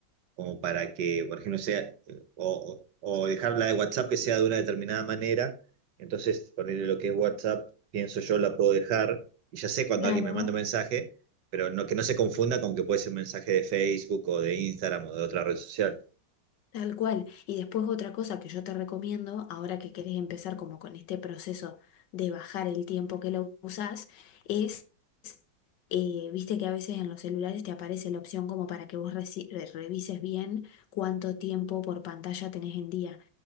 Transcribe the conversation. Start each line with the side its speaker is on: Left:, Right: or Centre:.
Right: como para que, por ejemplo, sea, eh, o, o o dejar la de WhatsApp que sea de una determinada manera. Entonces, ponerle lo que es WhatsApp, pienso yo, la puedo dejar y ya sé cuando
Left: Claro.
Right: alguien me manda un mensaje, pero no, que no se confunda con que puede ser un mensaje de Facebook o de Instagram o de otra red social.
Left: Tal cual. Y después otra cosa que yo te recomiendo, ahora que querés empezar como con este proceso de bajar el tiempo que lo usás, es, eh, viste que a veces en los celulares te aparece la opción como para que vos reci- re- revises bien cuánto tiempo por pantalla tenés en día.